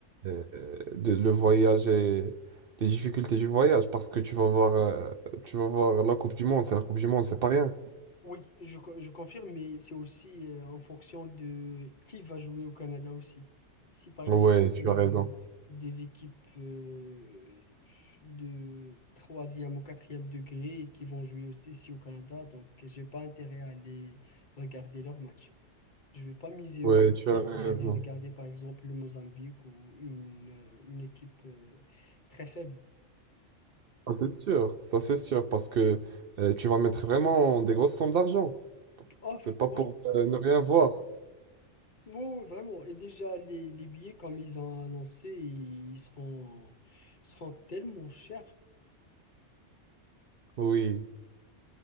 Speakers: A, on the right (about 55°); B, on the left (about 45°).
A: euh, de, le voyage et les difficultés du voyage parce que tu vas voir, euh, tu vas voir la Coupe du Monde. C'est la Coupe du Monde, c'est pas rien.
B: Oui, je, co- je confirme, mais c'est aussi euh, en fonction de qui va jouer au Canada aussi. Si par exemple
A: Ouais, tu
B: euh,
A: as raison.
B: des équipes euh, de troisième ou quatrième degré qui vont jouer aussi ici au Canada, donc j'ai pas intérêt à aller regarder leur match. Je vais pas miser une
A: Ouais,
B: fortune
A: tu as raison.
B: pour aller regarder par exemple le Mozambique ou une, euh, une équipe euh, très faible.
A: Ça, c'est sûr. Ça, c'est sûr parce que euh, tu vas mettre vraiment des grosses sommes d'argent.
B: Off,
A: C'est pas
B: oui,
A: pour euh, ne rien voir.
B: Oui, vraiment. Et déjà, les, les billets, comme ils ont annoncé, ils seront, ils seront tellement chers.
A: Oui,